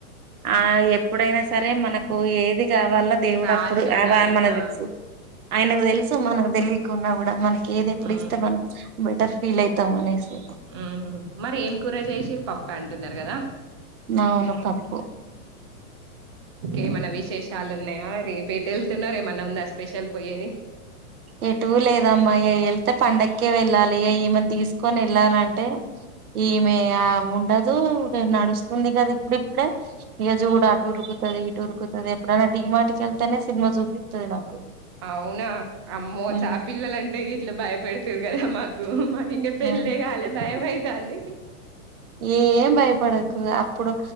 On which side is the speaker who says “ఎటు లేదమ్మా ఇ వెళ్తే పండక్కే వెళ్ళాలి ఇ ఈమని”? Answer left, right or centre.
Right